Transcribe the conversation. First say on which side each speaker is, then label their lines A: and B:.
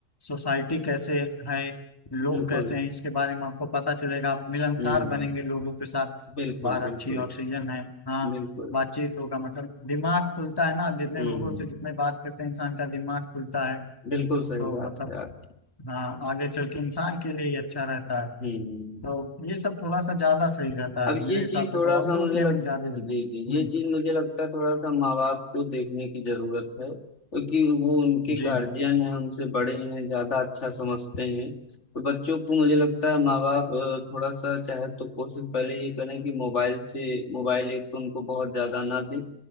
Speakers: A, on the left; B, on the left.
A: सोसाइटी कैसे है लोग
B: बिल्कुल
A: कैसे हैं इसके बारे में आपको पता चलेगा आप मिलनसार
B: हम्म
A: बनेंगे लोगों के साथ
B: बिल्कुल
A: बाहर
B: बिल्कुल
A: अच्छी ऑक्सीजन है हाँ
B: बिल्कुल
A: बातचीत होगा मतलब दिमाग खुलता है ना आप जितने
B: हम्म
A: लोगों से जितने बात करते हैं इंसान का दिमाग खुलता है
B: बिल्कुल सही
A: तो
B: बात
A: मतलब
B: है यार
A: हाँ आगे चल के इंसान के लिए ही अच्छा रहता है
B: हम्म
A: तो ये सब थोड़ा सा ज्यादा सही रहता
B: अब
A: है मेरे
B: ये
A: हिसाब
B: चीज
A: से
B: थोड़ा
A: तो आउटडोर
B: सा मुझे
A: गेमिंग
B: लग
A: ज्यादा हो
B: जी
A: जाए हम्म
B: जी ये चीज मुझे लगता है थोड़ा सा माँ बाप को देखने की जरूरत है क्योंकि वो उनके
A: जी
B: गार्जियन हैं उनसे बड़े हैं ज्यादा अच्छा समझते हैं तो बच्चों को मुझे लगता है माँ बाप अ, थोड़ा सा चाहे तो कोशिश पहले ये करें कि मोबाइल से मोबाइल एक तो उनको बहुत ज्यादा ना दें